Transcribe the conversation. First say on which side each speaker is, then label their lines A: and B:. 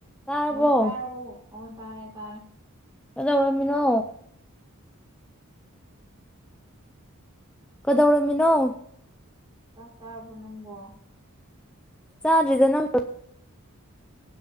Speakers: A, in the centre; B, on the right (about 20°).
A: ꯇꯥꯔꯕꯣ
B: hello ꯇꯥꯏꯔꯕꯣ ꯑꯣ ꯇꯥꯔꯦ ꯇꯥꯔꯦ
A: ꯑ ꯎꯔꯃꯤꯅꯣ ꯀꯗꯧꯔꯝꯃꯤꯅꯣ
B: ꯆꯥꯛ ꯆꯥꯔꯕꯣ ꯅꯪꯕꯣ
A: ꯆꯥꯗꯅ